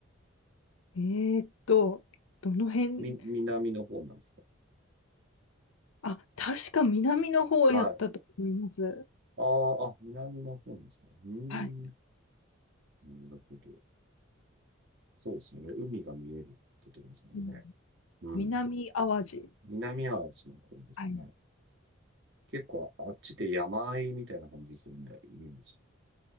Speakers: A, on the left; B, on the right.
A: えーっと、どの辺、
B: み、南の方なんですか
A: あ、確か南の方やったと思います。
B: はい。ああ、あ、南の方なんですね。うーん。
A: はい。
B: なるほど。そうですね。海が見えるってことですもんね。
A: うん
B: うん。
A: 南淡路。
B: 南アジアの方ですね。
A: はい。
B: 結構あっちで山あいみたいな感じですよね。イメージ。